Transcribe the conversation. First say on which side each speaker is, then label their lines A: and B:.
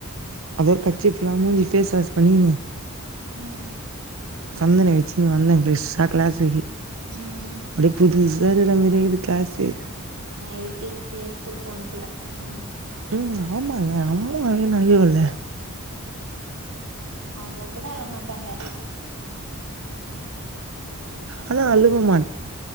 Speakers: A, on the right; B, on the right.
A: அவர் கர்ச்சிப் இல்லாம மூஞ்சு பேஸ் வாஷ் பண்ணினு
B: ம்
A: சந்தன வச்சுன்னு வந்தே பிரெஷ்ஷா க்ளாசுக்கு
B: ம்
A: அப்டியே புதுசா இருக்குற மாறியே இருக்கு க்ளாசு
B: எல்கேஜி ப்ளே ஸ்கூல் போனும் போல அ
A: ம் ஆமால்ல அம்மா <unintelligible> இல்ல
B: அவுங்க கூட அழ மாட்டாங்க
A: நாலா அழுவ மாட்டே